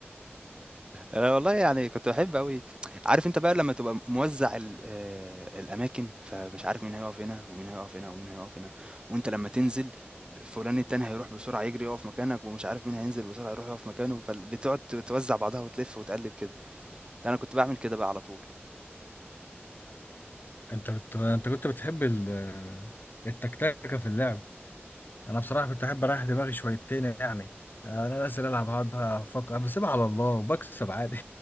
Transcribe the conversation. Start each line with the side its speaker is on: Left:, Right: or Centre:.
Right: أنا والله يعني كنت باحب أوي عارف أنت بقى لمّا تبقى موزّع ال آآ الأماكن، فمش عارف مين هيقف هنا، ومين هيقف هنا، ومين هيقف هنا، وأنت لمّا تنزل فلان التاني هيروح بسرعة يجري يقف مكانك، ومش عارف مين هينزل بسرعة يروح يقف مكانه، فال بتقعد ت توزّع بعضها وتلِف وتقلِّب كده، أنا كنت باعمل كده بقى على طول.
Left: انت بت... انت كنت بتحب ال... التكتكه في اللعب انا بصراحه كنت احب اريح دماغي شويتين يعني انا نازل العب هقعد بقى افكر بسيبها على الله وبكسب عادي